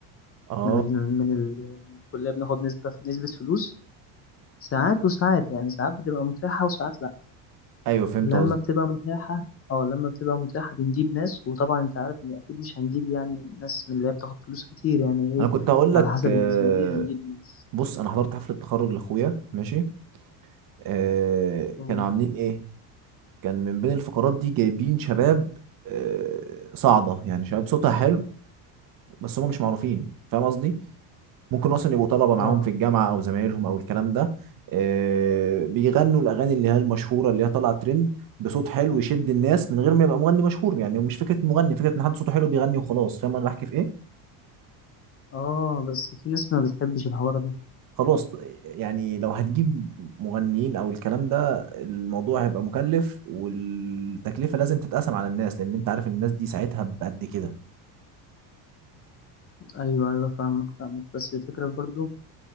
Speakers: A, on the right; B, on the left.
A: اه
B: من ال... من ال... من الكلية بناخد نسبة نسبة فلوس ساعات وساعات يعني ساعات بتبقى متاحة وساعات لأ
A: ايوه فهمت
B: لما
A: قصدي
B: بتبقى متاحة اه لما بتبقى متاحة بنجيب ناس وطبعا انت عارف ان اكيد مش هنجيب يعني ناس من اللي هي بتاخد فلوس كتير يعني ايه
A: انا كنت هقول لك
B: على حسب
A: آه،
B: الميزانية هنجيب ناس
A: بص انا حضرت حفله تخرج لاخويا ماشي آه
B: أوه.
A: كانوا عاملين ايه كان من بين الفقرات دي جايبين شباب آه صاعده يعني شباب صوتها حلو بس هم مش معروفين فاهم قصدي ممكن اصلا يبقوا طلبه معاهم
B: اه
A: في الجامعه او زمايلهم او الكلام ده آه، بيغنوا الاغاني اللي هي المشهوره اللي هي طالعه ترند بصوت حلو يشد الناس من غير ما يبقى مغني مشهور يعني مش فكره مغني فكره ان حد صوته حلو بيغني وخلاص فاهم انا بحكي في ايه
B: اه بس في ناس ما بتحبش الحوار ده
A: خلاص يعني لو هتجيب مغنيين او الكلام ده الموضوع هيبقى مكلف والتكلفه لازم تتقسم على الناس لان انت عارف الناس دي ساعتها بقد كده
B: ايوه ايوه فاهمك فاهمك بس الفكرة برضو